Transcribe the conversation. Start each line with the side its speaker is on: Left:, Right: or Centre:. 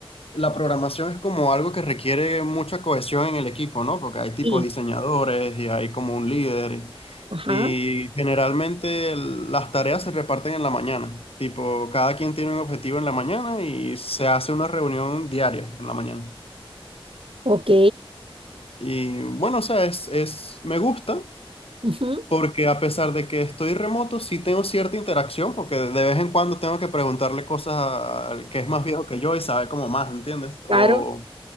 Left: la programación es como algo que requiere mucha cohesión en el equipo, ¿no? Porque hay tipo
Right: Sí.
Left: diseñadores y hay como un líder.
Right: Ajá.
Left: Y generalmente el- las tareas se reparten en la mañana. Tipo, cada quien tiene un objetivo en la mañana y se hace una reunión diaria en la mañana.
Right: Ok.
Left: Y bueno, o sea, es, es, me gusta,
Right: ujú,
Left: porque a pesar de que estoy remoto, sí tengo cierta interacción, porque de vez en cuando tengo que preguntarle cosas a- al que es más viejo que yo y sabe como más, ¿entiendes?
Right: Claro.
Left: O,